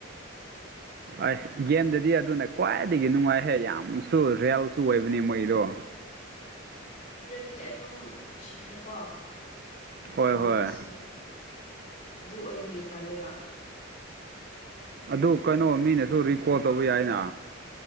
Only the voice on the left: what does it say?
ꯁꯤꯔꯗꯤ ꯑꯗꯨꯝ ꯁꯤꯈ꯭ꯔꯦꯀꯣ
ꯋꯥꯟ
ꯁꯤ ꯑꯗꯨ ꯑꯣꯏꯕꯒꯤ ꯇꯥꯜꯂꯦꯕ